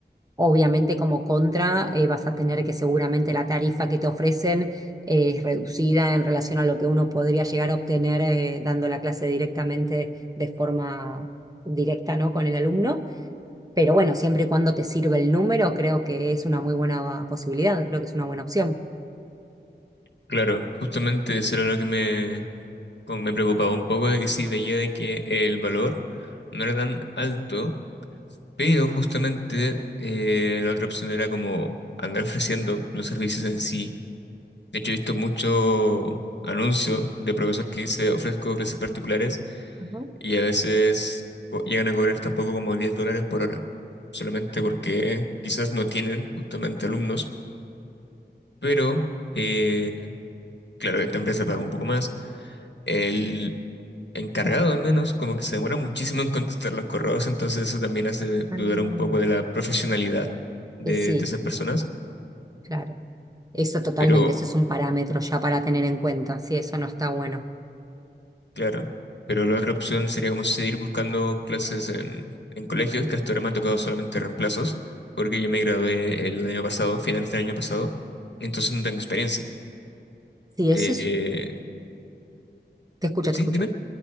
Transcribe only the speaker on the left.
claro, justamente eso era lo que me, como me preocupaba un poco de que sí veía de que el valor no era tan alto, pero justamente eh, la otra opción era como andar ofreciendo los servicios en sí De hecho, he visto mucho anuncio de profesor que dice ofrezco clases particulares
y a veces co- llegan a cobrar tampoco como 10 dólares por hora, solamente porque quizás no tienen justamente alumnos, pero eh, claro, esta empresa paga un poco más. El encargado al menos como que se demora muchísimo en contestar los correos, entonces eso también hace
dudar un poco de la profesionalidad de,
de esas personas,
pero...
Claro, pero la otra opción sería como seguir buscando clases en, en colegios, que hasta ahora me han tocado solamente reemplazos, porque yo me gradué el año pasado, finales del año pasado, entonces no tengo experiencia.
Eh,
sí,
dime.